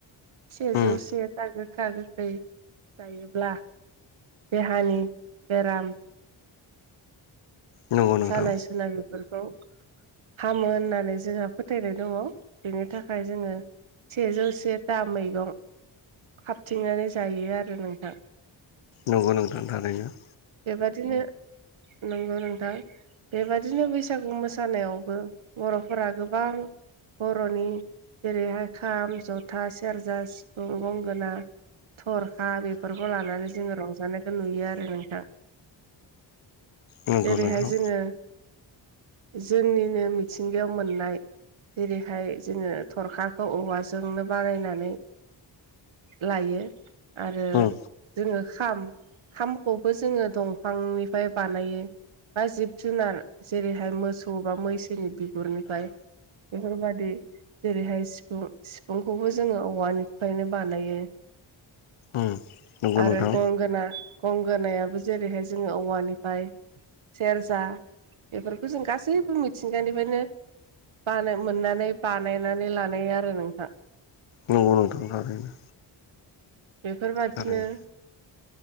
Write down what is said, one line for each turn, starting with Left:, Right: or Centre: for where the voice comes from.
Right: सेजौसे
Left: उम
Right: दा गोखा गोखै जायोब्ला देहानि बेराम
Left: नंगौ नोंथां
Right: सानाय सुनाय बेफोरखौ हामो होननानै जोंहा फोथायनाय दङ बेनि थाखाय जोङो सेजौ सेथा मैगं हाबथिंनानै जायो आरो नोंथां
Left: नंगौ नोंथां थानाया
Right: बेबादिनो नंगौ नोंथां बेबादिनो बैसागु मोसानायावबो बर'फोरा गोबां बर'नि जेरैहाय खाम जथा सेरजा सिफुं गंगोना थरखा बेफोरखौ लानानै जोङो रंजानायखौ नुयो आरो नोंथां
Left: नंगौ
Right: जेरैहाय
Left: नोंथां
Right: जोङो जोंनिनो मिथिंगायाव मोननाय जेरैहाय जोङो थरखाखौ औवाजोंनो बानायनानै लायो आरो
Left: उम
Right: जोङो खाम खामखौबो जों जोङो दंफांनिफ्राय बानायो। बा जिब जुनार जेरैहाय मोसौ बा मैसोनि बिगुरनिफ्राय बेफोरफोर बादि जेरैहाय सिफुं सिफुंखौबो जोङो औवानिफ्रायनो बानायो
Left: उम नंगौ
Right: आरो
Left: नोंथां
Right: गंगोना गंगोनायाबो जेरैहाय जोङो औवानिफाय सेरजा बेफोरखौ जों गासैबो मिथिंगानिफ्रायनो बाना मोननानै बानायनानै लानाय आरो नोंहा
Left: औ नोंथां थारैनो
Right: बेफोरबादिनो
Left: थारैनो